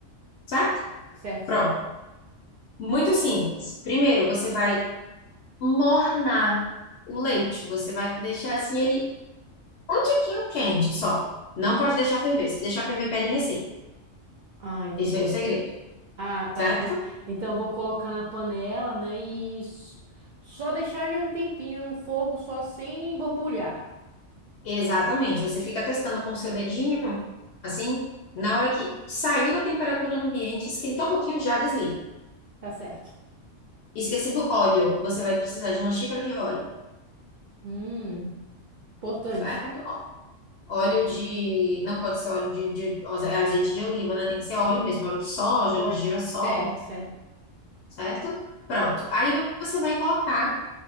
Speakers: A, on the left (about 65°); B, on the right (about 60°).
A: certo?
B: Certo,
A: Pronto.
B: certo.
A: Muito simples. Primeiro, você vai mornar o leite. Você vai deixar assim ele um tiquinho quente só. Não
B: Hum.
A: pode deixar ferver. Se deixar ferver, perde receita.
B: Ah, entendi.
A: Esse é o segredo,
B: Ah, tá.
A: certo?
B: Então, então eu vou colocar na panela, né? E s- só deixar ele um tempinho no fogo, só sem borbulhar.
A: Exatamente. Você fica testando com o seu dedinho, assim, na hora que saiu da temperatura ambiente, esquentou um pouquinho, já desliga.
B: Tá certo.
A: Esqueci do óleo. Você vai precisar de uma xícara de óleo,
B: Hum, importante.
A: certo? Ó, Óleo de. Não pode ser óleo de, de é azeite de oliva, né? Tem que ser óleo mesmo, óleo de soja,
B: Olha,
A: óleo de girassol,
B: certo, certo,
A: certo? Pronto.
B: certo.
A: Aí você vai colocar.